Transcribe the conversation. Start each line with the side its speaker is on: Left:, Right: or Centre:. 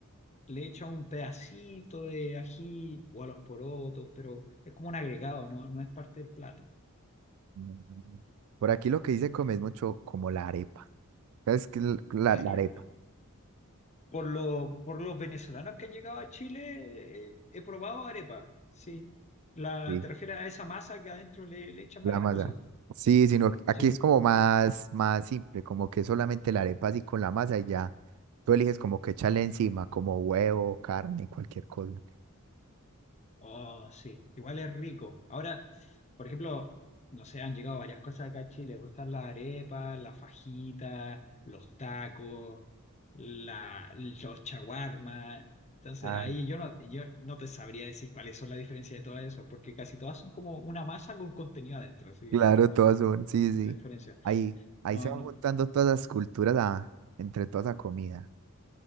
Left: le echa un pedacito de ají o a los porotos, pero es como un agregado, no, no es parte del plato.
Right: Mm. Por aquí lo que dice come es mucho como la arepa. Es que l- la,
Left: Arepa.
Right: la arepa.
Left: Por, lo- por los venezolanos que han llegado a Chile, eh, he probado arepa, sí. La,
Right: Sí,
Left: ¿te refieres a esa masa que adentro le, le echan
Right: la
Left: varias
Right: masa.
Left: cosas?
Right: Sí, sino que aquí
Left: Sí.
Right: es como más, más simple, como que solamente la arepa así con la masa y ya. Tú eliges como que echarle encima, como huevo, carne, cualquier cosa.
Left: Oh, sí. Igual es rico. Ahora, por ejemplo, no sé, han llegado varias cosas acá a Chile. Me Gustan las arepas, las fajitas, los tacos, la, los chaguarmas. Entonces,
Right: Ah,
Left: ahí yo no, yo no te sabría decir cuáles son las diferencias de todo eso, porque casi todas son como una masa con contenido adentro, sí,
Right: claro,
Left: no, no
Right: todas
Left: sé
Right: son, sí,
Left: la
Right: sí.
Left: diferencia.
Right: Ahí, ahí
Left: No,
Right: se van
Left: no,
Right: juntando todas las culturas a- entre toda esa comida.